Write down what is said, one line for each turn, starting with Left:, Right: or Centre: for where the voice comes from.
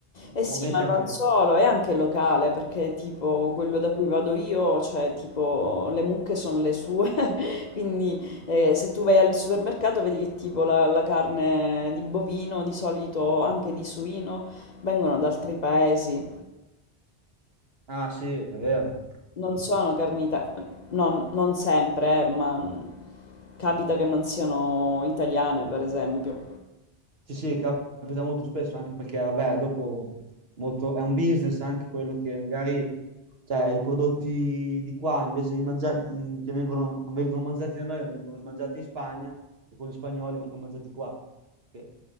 Left: Eh sì,
Right: Ovviamente
Left: ma
Right: anche...
Left: non solo, è anche locale, perché tipo quello da cui vado io, cioè tipo le mucche sono le sue, <laughs> quindi eh, se tu vai al supermercato vedi che tipo la, la carne di bovino, di solito anche di suino, vengono da altri paesi,
Right: Ah sì, è vero.
Left: non sono carni ita- non, non sempre, eh, ma capita che non siano italiane, per esempio.
Right: Sì, sì, capita molto spesso, anche perché, vabbè, dopo molto- è un business anche quello che magari, cioè, i prodotti di qua, invece di mangiare, che vengono, non vengono mangiati da noi, ma vengono mangiati in Spagna, e quelli spagnoli vengono mangiati qua, che